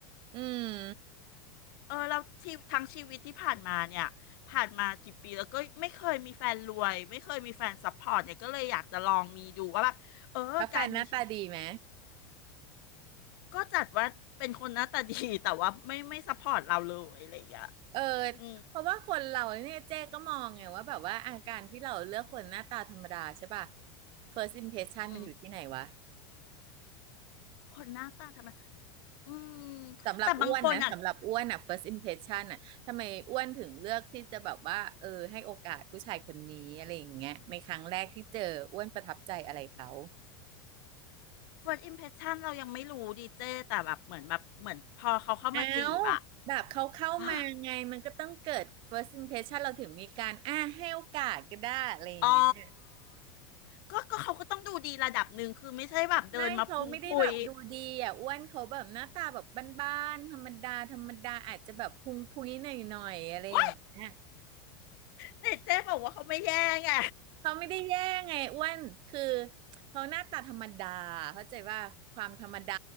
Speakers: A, on the right; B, on the left.
A: อืม
B: เออเราที่ทั้งชีวิตที่ผ่านมาเนี่ยผ่านมากี่ปีแล้วก็ไม่เคยมีแฟนรวยไม่เคยมีแฟนซัพพอร์ตเนี่ยก็เลยอยากจะลองมีดูว่าแบบเออการมีชีวิต
A: แล้วแฟนหน้าตาดีไหม
B: ก็จัดว่าเป็นคนหน้าตาดีแต่ว่าไม่ไม่ซัพพอร์ตเราเลยอะไรอย่างเงี้ย
A: เออ
B: อืม
A: เพราะว่าคนเราเนี่ยเจ๊ก็มองไงว่าแบบว่าอาการที่เราเลือกคนหน้าตาธรรมดาใช่ป่ะ first impression
B: อืม
A: มันอยู่ที่ไหนวะ
B: คนหน้าตาทำไมอืม
A: สำหรับอ้วนนะสำหรับอ้วนอ่ะ
B: แต่บางคนอ่ะ
A: first impression อ่ะทำไมอ้วนถึงเลือกที่จะแบบว่าเออให้โอกาสผู้ชายคนนี้อะไรอย่างเงี้ยในครั้งแรกที่เจออ้วนประทับใจอะไรเขา
B: first impression เรายังไม่รู้ดีเจแต่แบบเหมือนแบบเหมือนพอเขาเข้ามาจีบอ่ะ
A: อ้าว
B: <gasps>
A: แบบเขาเข้ามาไงมันก็ต้องเกิด
B: อ่ะ
A: first impression เราถึงมีการอ่าให้โอกาสก็ได้อะไรอย่างเงี้ย
B: อ๋อก็ก็เขาก็ต้องดูดีระดับหนึ่งคือไม่ใช่แบบเดินมาพุงพุย
A: ไม่เขาไม่ได้แบบดูดีอ่ะอ้วนเขาแบบหน้าตาแบบบ้านๆธรรมดาธรรมดาอาจจะแบบพุงพุ้ยหน่อยๆอะไรอย่างเงี้ย
B: ว้ายแต่เจ๊บอกว่าเขาไม่แย่ไง
A: เขาไม่ได้แย่ไงอ้วนคือเขาหน้าตาธรรมดาเข้าใจว่าความธรรมดา